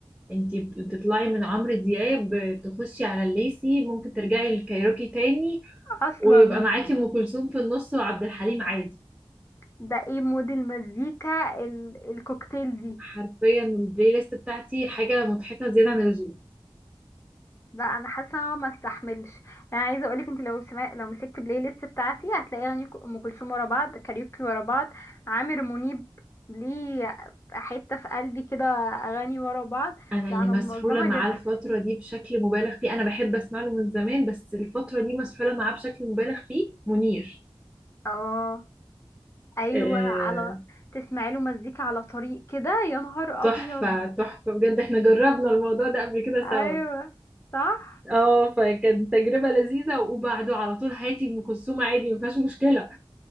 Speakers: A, in the centre; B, on the left.
A: انتي بتطلعي من عمرو دياب تخشي على الليسي ممكن ترجعي للكايروكي تاني
B: اصلا
A: ويبقى معاكي ام كلثوم في النص وعبد الحليم عادي
B: ده ايه مود المزيكا ال- الكوكتيل دي
A: حرفيا البلاي ليست بتاعتي حاجه مضحكه زياده عن اللزوم
B: لا انا حاسه إن أنا ما استحملش انا عايزه اقولك انت لو سمع... لو مسكت بلاي ليست بتاعتي هتلاقي اغاني ك- ام كلثوم ورا بعض كاريوكي ورا بعض عامر منيب ليه حته في قلبي كده اغاني ورا بعض
A: انا اللي
B: لا انا
A: مسحوله
B: منظمه
A: معاه
B: جدا
A: الفتره دي بشكل مبالغ فيه انا بحب اسمع له من زمان بس الفتره دي مسحوله معاه بشكل مبالغ فيه منير
B: اه ايوه
A: آه،
B: على تسمعي له مزيكا على طريق كده يا نهار
A: تحفه
B: ابيض
A: تحفه بجد احنا جربنا الموضوع ده قبل كده
B: ايوه
A: سوا
B: صح
A: اه فكانت تجربه لذيذه وبعده على طول حياتي ام كلثوم عادي ما فيهاش مشكله